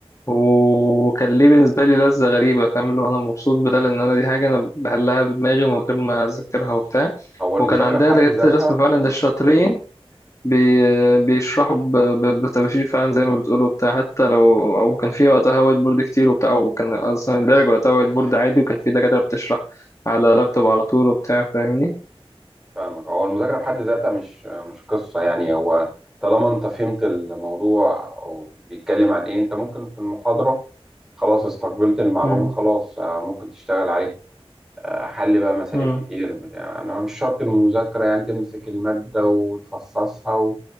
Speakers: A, on the left; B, in the centre.
A: وكان ليه بالنسبة لي لذة غريبة فاهم اللي هو أنا مبسوط بدل إن أنا دي حاجة أنا بحلها بدماغي من غير ما أذكرها وبتاع
B: هو المذاكره
A: وكان عندها
B: في حد
A: دكاترة
B: ذاتها
A: الرسم فعلا ده الشاطرين بي... بيشرحوا ب... ب... بتباشير فعلا زي ما بتقولوا بتاع حتى لو أو كان في وقتها وايت بورد كتير وبتاع وكان أصلا الدرج وقتها وايت بورد عادي وكان في دكاترة بتشرح على لابتوب على طول وبتاع فاهمني؟
B: فاهمك هو المذاكرة بحد ذاتها مش مش قصة يعني هو طالما انت فهمت الموضوع او بيتكلم عن ايه انت ممكن في المحاضرة خلاص استقبلت المعلومة
A: مم.
B: خلاص آه، ممكن تشتغل عليها آه، حل بقى مسائل
A: مم.
B: كتير بتاع انا مش شرط المذاكرة يعني تمسك المادة وتفصصها و...